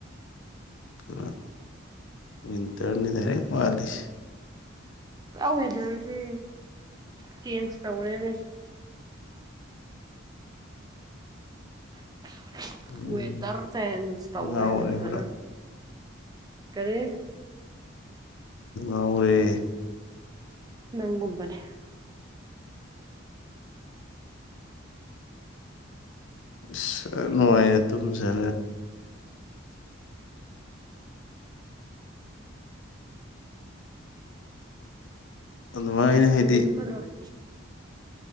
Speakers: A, on the left; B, on the right.
A: ꯑꯗꯨ ꯋꯤꯟꯇꯔꯅꯤ ꯗꯥꯏꯔꯦꯛ ꯃꯥꯠꯂꯤꯁꯤ
B: ꯋꯦꯗꯔꯁꯦ ꯆꯦꯟꯖ ꯇꯧꯔꯦꯅꯦ <inaudible>
A: ꯎꯝ
B: ꯋꯗꯔ ꯆꯦꯟꯖ ꯇꯧꯒꯦꯅꯦ
A: ꯉꯥꯎꯔꯦ
B: ꯐꯖꯅ
A: ꯄꯨꯔꯥ
B: ꯀꯔꯦ
A: ꯑꯣꯔꯦ
B: ꯅꯪꯒꯨꯝꯕꯅꯦ
A: ꯏꯁ ꯅꯨꯡꯉꯥꯏꯅ ꯇꯨꯝꯖꯔ ꯑꯗꯨꯃꯥꯏ ꯑꯩꯅ
B: ꯋꯦꯗꯔꯗꯨ
A: ꯍꯥꯏꯗꯤ
B: ꯐꯠꯇ꯭ꯔꯕꯅꯦ